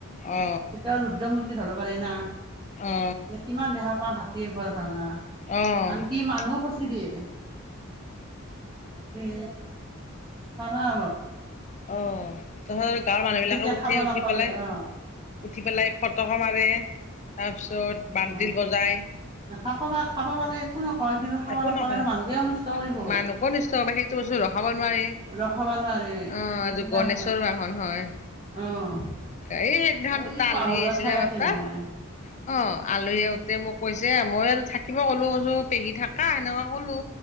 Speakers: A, on the left; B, on the right.
A: অ
B: কেতিয়া ৰুদ্ৰমু ধৰব পাৰি না
A: অ
B: কিমান দেহা পাওঁ হাতীয়ে ঘৰ ভাঙা
A: অ অ
B: আনকি মানু হ কুচি দিয়ে এ চাবা অলপ,
A: অ ধৰ, গাঁৱৰ মানুহবিলাকে
B: তেতিয়া
A: উঠে
B: খাব
A: উঠি
B: নাপালে
A: পেলাই
B: অ
A: উঠি পেলাই ফটকা মাৰে তাৰপিছত, ত বান্তল
B: অ
A: বজাই,
B: খাব পা খাব পালে একো নকয় কিন্তু খাব
A: একো
B: নাপালে
A: নকৰে
B: মানুহকে অনিষ্ট কৰিব
A: মানুহ কো নিষ্টয় হ সেইটো বস্তু ৰখাব, নোৱাৰি
B: ৰখাব নোৱাৰে
A: অ
B: এইবিলাক
A: গনেশৰ বাহন হয়।
B: অ
A: এইদিনা
B: এই
A: দুটা
B: পাহৰুৱা
A: আলহী আহিছিলে
B: ঠাই
A: আমাৰ
B: আছে
A: তাত
B: নহয়
A: অ আল, আলহী আহোতে মোক কৈছে মই থাকিব ক'লোৰ পেহী থাকা সেনেকে কলো।